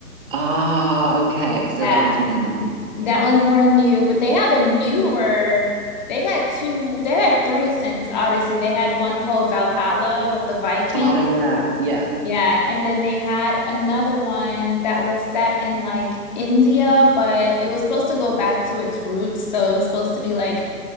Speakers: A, on the right; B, on the left.
A: Ah, okay. So
B: Yeah.
A: that one's more new.
B: That one's more new, but they have a newer. They've had two, they've had three since Odyssey. They had one called Valhalla with the Viking.
A: Ah, yeah, yeah.
B: Yeah, and then they had another one that was set in like India, but it was supposed to go back to its roots. So it was supposed to be like